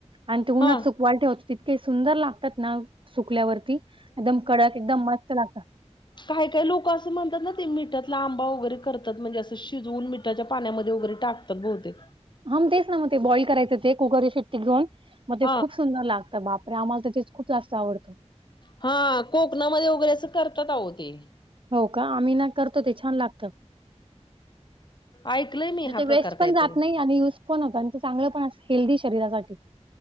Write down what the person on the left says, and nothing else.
हा
काही काही लोकं अस म्हणतात ना, ते मिठातलं आंबा वगैरे करतात म्हणजे असं शिजवून मिठ मिठाच्या पाण्यामध्ये वगैरे टाकतात बहुतेक.
हा
हा कोकणामध्ये वगैरे असं करतात आहो ते.
ऐकलंय
मी हा
प्रकार
काहीतरी